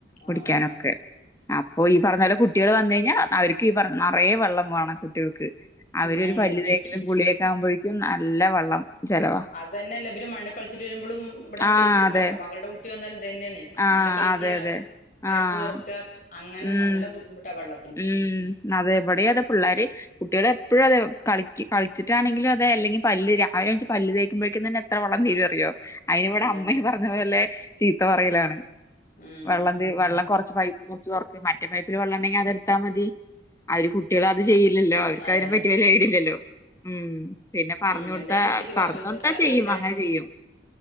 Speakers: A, on the left; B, on the left.
A: കുടിക്കാനൊക്കെ
B: ആ, ആ, ആ.
A: ഓ ഈ
B: കു-
A: പറഞ്ഞ പോല കുട്ടികൾ വന്നു കഴിഞ്ഞാ അവരിക്ക് ഈ പറ നിറയെ വെള്ളം കുട്ടികൾക്ക് അവരു
B: ഉം,
A: ഒരു പലുതേക്കലും
B: കുട്ടികൾക്ക്
A: കുളിയൊക്കെ ആകുമ്പോഴേക്കും നല്ല വെള്ളം ചെലവാ
B: അത് തന്നെല്ല ഇബര് മണ്ണ് കളിച്ച് വരുമ്പോളും ഇവിടെ
A: ആഹ്
B: ചേച്ചില്ല
A: അതെ
B: മകളുടെ കുട്ടി വന്നാലൽ ഇത് തെന്നയാണേ
A: ആഹ്
B: മണ്ണ് കളിക്ക
A: അതെ അതെ
B: പൈപ്പ്
A: ആഹ്
B: തുറക്കുക അങ്ങനെ
A: ഉം
B: നല്ല ബുദ്ധിമുട്ടാ വെള്ളത്തിന്
A: ഉം അതെവിടെ അതെ പിള്ളേര് കുട്ടികളെപ്പോഴും അതെ കളി കളിച്ചിട്ടാണെങ്കിലും അതെ അല്ലെങ്കിൽ പല് രാവിലെണിച്ച് പല് തേക്കുമ്പോഴേക്കും തന്നെ എത്ര വെളം തീരും അറിയോ അയിന് ഇവിടെ
B: അതല്ലേ
A: അമ്മയും പറഞ്ഞല്ലെ പോലെ ചീത്ത പറയലാണ്
B: ഉം
A: വെള്ളം വെള്ളം കുറച്ച് പൈപ്പ കുറച്ച് തുറക്ക് മറ്റേ പൈപ്പിൽ വള്ളണ്ടെങ്കിൽ അതെടുത്താ മതി <unintelligible> കുട്ടികള അത് ചെയ്യില്ലല്ലോ അവർക്ക്
B: അതെ
A: അതിനെ
B: അതെ
A: പറ്റി വലിയ ഐഡില്ലല്ലോ ഉം പിന്നെ പറഞ്ഞ
B: ഉം.
A: കൊടുത്ത
B: എന്തായിരുന്നു ഉച്ചയ്ക്ക്
A: പറഞ്ഞ
B: ഭക്ഷണത്തിന്
A: അത്താ
B: കറിയൊക്കെ
A: ചെയ്യും അങ്ങനെ ചെയ്യും